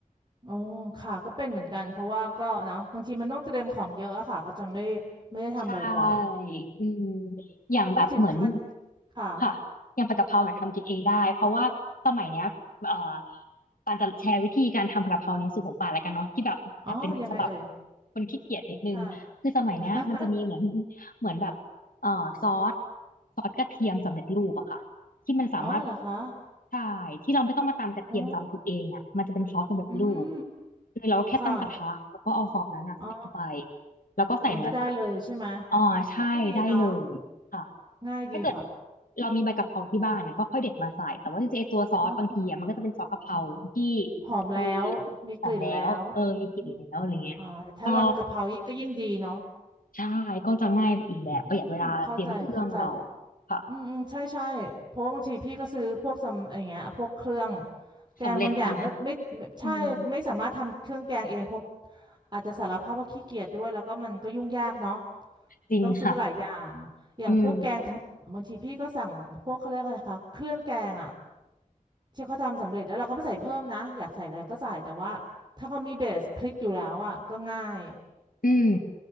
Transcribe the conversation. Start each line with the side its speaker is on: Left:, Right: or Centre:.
Right: โอ้ค่ะก็เป็นเหมือนกันเพราะว่าก็เนาะบางทีมันต้องเตรียมของเยอะอะค่ะก็จะไม่ไม่ได้ทำบ่อย
Left: ใช่อืมอย่างแบบเหมือน
Right: ๆ นี่ถึงขั้นค่ะ
Left: ค่ะอย่างผัดกะเพราเนี่ยทำกินเองได้เพราะว่าสมัยเนี้ยเอ่อปานจะแชร์วิธีการทำผัดกะเพราในสูตรของปานแล้วกันเนาะที่แบบแอบเป็นฉบับ
Right: อ๋อยังไงเอ่ย
Left: คนขี้เกียจนิดนึงคือสมัยเนี้ยมันจะมีเหมือน
Right: ค่ะ <laughs>
Left: เหมือนแบบเอ่อซอสซอสกระเทียมสำเร็จรูปอะค่ะที่มันสามารถ
Right: อ๋อเหรอคะ
Left: ใช่ที่เราไม่ต้องมาตำกระเทียมตำพริกเองอะมันจะเป็นซอสสำเร็จรูป
Right: อ๋ออืม
Left: คือเราแค่ตั้งกระทะแล้วก็เอาซอสนั้นอะใส่เข้าไป
Right: ค่ะอ๋อ
Left: แล้วก็ใส่เนื้อสัตว์
Right: มันก็ได้เลยใช่ไหม
Left: อ๋อใช่ได้เลยค่ะ
Right: อ๋อก็ดีเนาะง่ายดีค่ะ
Left: ถ้าเกิดเรามีใบกะเพราที่บ้านก็ค่อยเด็ดมาใส่แต่ว่าจริงๆไอ้ตัวซอสบางทีอะมันก็จะเป็นซอสกะเพราที่
Right: อืมหอมแล้วมีกลิ่นแล้วอืม
Left: มีหอมแล้วเออมีกลิ่นแล้วอะไรเงี้ยก็
Right: อ่าแต่ถ้าเรามีกะเพรายิ่งก็ยิ่งดีเนาะ
Left: ใช่ก็จะง่ายไปอีกแบบประหยัดเวลาเตรียมเครื่องเรา
Right: อืมเข้าใจเข้าใจ
Left: ค่ะ
Right: อืมอืมใช่ใช่เพราะว่าบางทีพี่ก็ซื้อพวกซัมอะไรเงี้ยพวกเครื่องแกงบางอย่างก็ไม่ไม่ใช่ไม่สามารถทำเครื่องแกงเองเพราะ
Left: สำเร็จใช่ไหมอืม
Right: อาจจะสารภาพว่าขี้เกียจด้วยแล้วก็มันก็ยุ่งยากเนาะ
Left: จริงค่ะ
Right: ต้องซื้อหลายอย่างอย่างพวกแกงทั้งบางทีพี่ก็สั่งพวกเขาเรียกอะไรนะคะเครื่องแกงอ่ะ
Left: อืม
Right: ที่เขาทำสำเร็จแล้วเราก็ไม่ใส่เพิ่มนะอยากใส่อะไรก็ใส่แต่ว่าถ้าเขามีเบสพริกอยู่แล้วอ่ะก็ง่าย
Left: อืม